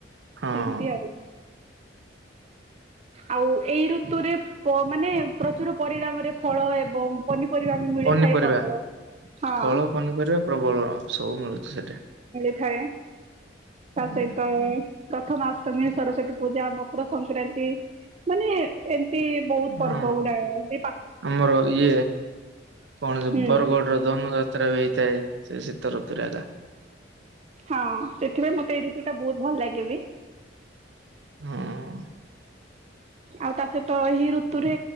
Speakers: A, on the right (about 70°); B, on the right (about 35°).
A: ହଁ
B: ସେମତି ଆଉ। ଆଉ ଏଇ ଋତୁରେ ପ ମାନେ ପ୍ରଚୁର ପରିଣାମରେ ଫଳ ଏବଂ ପନିପରିବା ବି ମିଳିଥାଏ
A: ପନିପରିବା
B: ପ୍ରବଳ। ହଁ
A: ଫଳ ପନିପରିବା ପ୍ରବଳ ସବୁ ମିଳୁଛି ସେଠି।
B: ଥାଏ।
A: ହୁଁ,
B: ତା ସହିତ ପ୍ରଥମାଷ୍ଟମୀ, ସରସ୍ଵତୀ ପୂଜା, ମକର ସଂକ୍ରାନ୍ତି, ମାନେ ଏମ୍ ସେ ବହୁତ
A: ହଁ
B: ପର୍ବ ଗୁଡାକ
A: ଆମର ଇଏ କଣ
B: ହୁଁ
A: ବରଗଡ଼ର ଧନୁଯାତ୍ରା ବି ହେଇଥାଏ ସେ ଶୀତ ଋତୁରେ ଆଟା।
B: ହଁ ସେଥିପାଇଁ ମତେ ଏଇ ଋତୁଟା ବହୁତ ଭଲ ଲାଗେ ବିି
A: ହଁ।
B: ଆଉ ତା ସହିତ ଏହି ଋତୁରେ